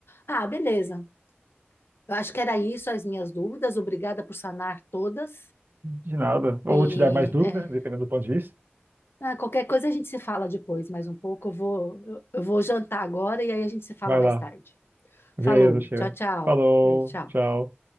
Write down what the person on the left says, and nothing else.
Ah, beleza. Eu acho que era isso as minhas dúvidas. Obrigada por sanar todas.
E
é,
Ah, qualquer coisa a gente se fala depois, mais um pouco. Eu vou, eu eu vou jantar agora e aí a gente se fala
mais
tarde.
Falou,
tchau, tchau.
Eh, Tchau.